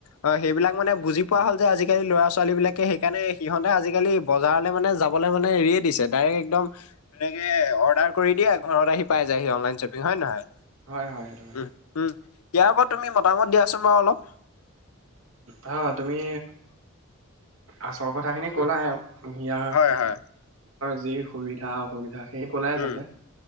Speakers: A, on the left; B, on the right.
A: অ সেইবিলাক মানে বুজি পোৱা হ'ল। যে আজিকালি ল'ৰা ছোৱালী বিলাকে সেইকাৰণে সিহঁতে আজিকালি বজাৰলৈ মানে যাবলৈ মানে এৰিয়ে দিছে। ডাইৰেক্ট একদম তেকে অৰ্ডাৰ কৰি দিয়ে, ঘৰত আহি পাই যায় সি অনলাইন শ্বপিং হয় নে নহয়।
B: হয় হয়টো।
A: উম, উম। ইয়াৰ পৰা তুমি মতামত দিয়াচোন বাৰু অলপ।
B: হ তুমি, আচৰ কথা খিনি ক'লাহে
A: উম,
B: কোহিয়া
A: হয়, হয়।
B: যি সুবিধা অসুবিধা। এতিয়া সেই কলাই আচলতে।
A: উম,